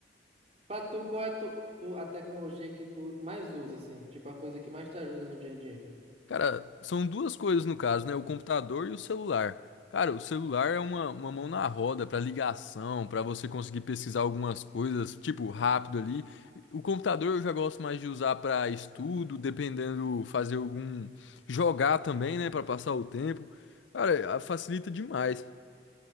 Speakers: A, on the right; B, on the left.
A: Pra tu, qual é tu, tu- a tecnologia que tu mais usa, assim? Tipo, a coisa que mais te ajuda no dia a dia.
B: Cara, são duas coisas no caso, né? O computador e o celular. Cara, o celular é uma, uma mão na roda para ligação, para você conseguir pesquisar algumas coisas, tipo, rápido ali. O computador eu já gosto mais de usar para estudo, dependendo, fazer algum. Jogar também, né? Para passar o tempo. Cara, a- facilita demais.